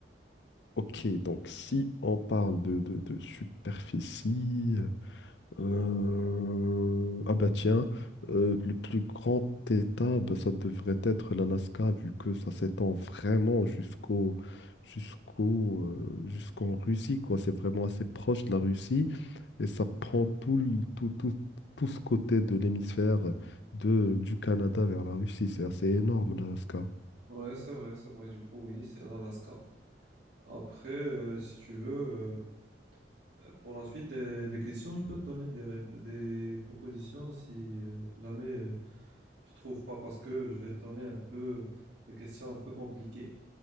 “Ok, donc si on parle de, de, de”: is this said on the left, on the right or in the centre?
Left